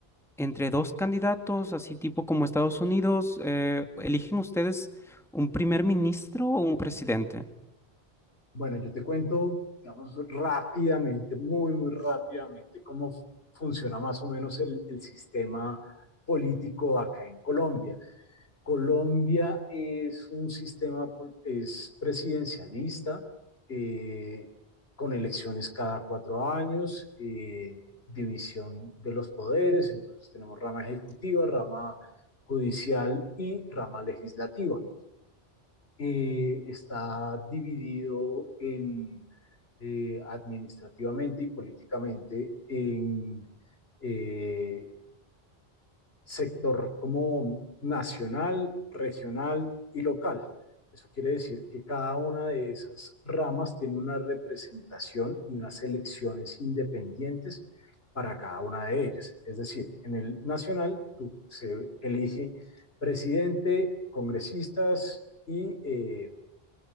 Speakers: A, in the centre; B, on the left (about 75°).
A: entre dos candidatos, así tipo como Estados Unidos, eh, ¿eligen ustedes un primer ministro o un presidente?
B: Bueno, yo te cuento, digamos, rápidamente, muy, muy rápidamente, cómo funciona más o menos el, el sistema político acá en Colombia. Colombia es un sistema es presidencialista, eh, con elecciones cada cuatro años, eh, división de los poderes, entonces tenemos rama ejecutiva, rama judicial y rama legislativa. Eh, está dividido en, eh, administrativamente y políticamente en eh, sector como nacional, regional y local. Eso quiere decir que cada una de esas ramas tiene una representación y unas elecciones independientes para cada una de ellas. Es decir, en el nacional tú se elige presidente, congresistas y eh,